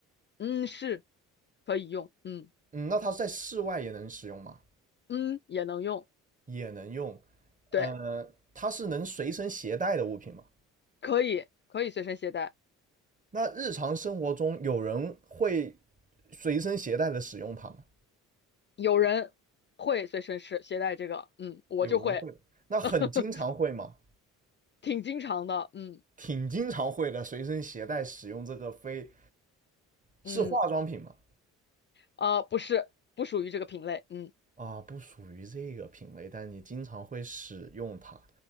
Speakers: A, on the left (about 35°); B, on the right (about 20°).
A: 嗯，是可以用，嗯
B: 嗯，那它在室外也能使用吗？
A: 嗯，也能用。
B: 也能用，
A: 对。
B: 呃，它是能随身携带的物品吗？
A: 可以可以随身携带，
B: 那日常生活中有人会随身携带的使用它吗？
A: 有人会随身是携带这个，嗯，我就会，
B: 有人会，那很经常会吗？
A: <laughs> 挺经常的，嗯
B: 挺经常会的，随身携带使用这个非是化妆品吗？
A: 嗯，呃，不是，不属于这个品类，嗯，
B: 啊，不属于这个品类，但你经常会使用它。